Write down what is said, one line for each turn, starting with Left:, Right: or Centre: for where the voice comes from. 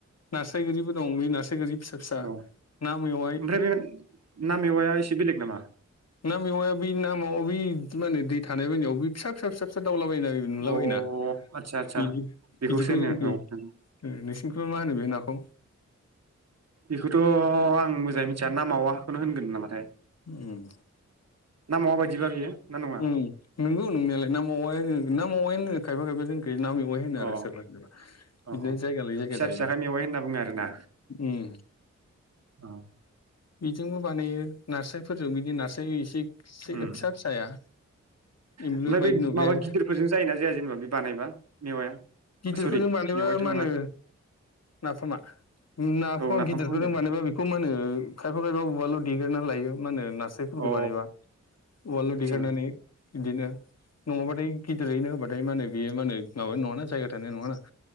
Left: नास्रायगोरिबो दं बे नारास्रायगोरि फिसा फिसा
Right: औ
Left: ना मेवाय
Right: ओमफ्राय बे ना मेवाया एसे बेलेग नामा
Left: ना मेवाया बेै नामा बै माहोनो दै थाला बायनायाव बै फिसा फिसा फिसा फिसा मावलाबायनाय नुलाबायोना
Right: अ आदसा आदसा
Left: बिदि
Right: बेखौसो
Left: बिदिखौ
Right: होनो
Left: जोंनिखाय
Right: औ
Left: ओ नोंसिनिखौ मा होनो बे नाखौ
Right: बेखौथ' आं मोजाङै मिथिया ना मावाखौनो होनगोन नामाथाय
Left: ओम
Right: ना मावा बायदिबा बियो ना नङा
Left: उम नंगौ नंनायालाय ना मावाय होनो ना मावाय होनो खायफा खायफा जों बे ना मेवाय होनो आरो
Right: अ औ
Left: सोरबा सोरबा
Right: औ
Left: बिदिनो जायगा लायै जायगा
Right: फिसा
Left: जाहैबाय।
Right: फिसाखाय मेवाइ होनना बुङो आरोना
Left: उम।
Right: औ।
Left: बिजोंबो बानायो नास्रायफोरजों बिदि नास्राय एसे <unintelligible>
Right: उम
Left: फिसा फिसाया। एम्बुलुर
Right: ओमफ्राय
Left: बायदि
Right: बे
Left: नुग्राया
Right: माबा गिदिरफोरजों जायो ना जाया जेनेबा बे बानायबा मेवाया।
Left: गिदिरफोरजों
Right: सरि
Left: बानायबा
Right: मेवाइथ'
Left: मानो।
Right: नङा
Left: नाफामा नाफामा
Right: औ नाफामखौ
Left: गिदिरफोरजों
Right: होनदों
Left: बानायबा बिखुं मानो। खायफा खाया उवालाव दिग्रोना लायो मा होनो नास्रायफोरखौ
Right: अ
Left: बानायबा उवालल'
Right: आदसा
Left: देगारनानै बिदिनो नङा बाथाय एरैनो होबाथाय माने बेयो माने माबा नङा ना जायगा थोनाय नङा ना